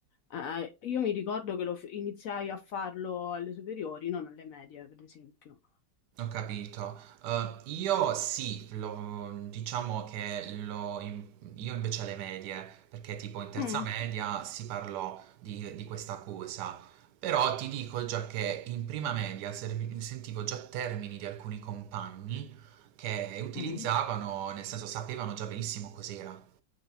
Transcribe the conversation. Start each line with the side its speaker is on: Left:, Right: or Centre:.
Left: eh, io mi ricordo che lo f- iniziai a farlo alle superiori, non alle medie, per esempio.
Right: Ho capito. Eh, io sì, lo- diciamo che lo, in- io invece alle medie, perché tipo in terza
Left: Mm,
Right: media si parlò di, di questa cosa, però ti dico già che in prima media servi- sentivo già termini di alcuni compagni che utilizzavano,
Left: mm,
Right: nel senso sapevano già benissimo cos'era.